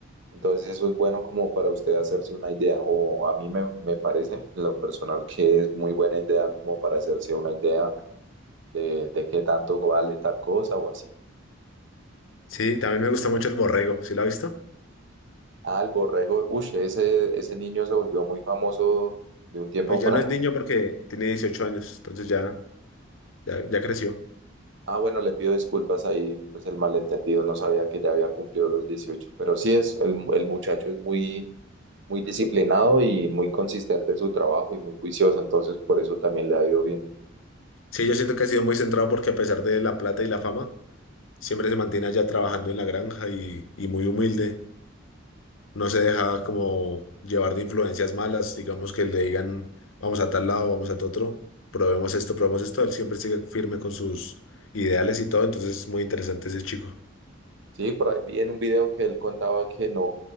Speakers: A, on the right; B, on the left.
A: Entonces eso es bueno como para usted hacerse una idea o a mí me, me parece en lo personal que es muy buena idea como para hacerse una idea de, de qué tanto vale tal cosa o así.
B: Sí, también me gusta mucho el borrego. ¿Sí lo ha visto?
A: Ah, el borrego, uy, ese, ese niño se volvió muy famoso de un tiempo
B: Pues
A: para
B: ya no
A: acá.
B: es niño porque tiene 18 años, entonces ya, ya, ya creció.
A: Ah, bueno, le pido disculpas ahí, pues el malentendido, no sabía que ya había cumplido los dieciocho pero sí es, el, el muchacho es muy muy disciplinado y muy consistente en su trabajo y muy juicioso, entonces por eso también le ha ido bien.
B: Sí, yo siento que ha sido muy centrado porque a pesar de la plata y la fama, Siempre se mantiene allá trabajando en la granja y, y muy humilde. No se deja como llevar de influencias malas, digamos que le digan, vamos a tal lado, vamos a tal otro, probemos esto, probemos esto. Él siempre sigue firme con sus ideales y todo, entonces es muy interesante ese chico.
A: Sí, por ahí vi en un video que él contaba que no,